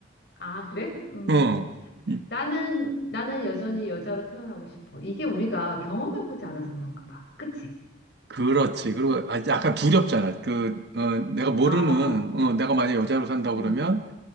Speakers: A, on the left; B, on the right.
A: 아, 그래? 음.
B: 어, 이-
A: 나는 나는 여전히 여자로 태어나고 싶어. 이게 우리가 경험해보지 않아서 그런가 봐. 그치?
B: 그렇지. 그리고 아, 약간 두렵잖아. 그, 어, 내가 모르는,
A: 어.
B: 어, 내가 만약에 여자로 산다고
A: 음.
B: 그러면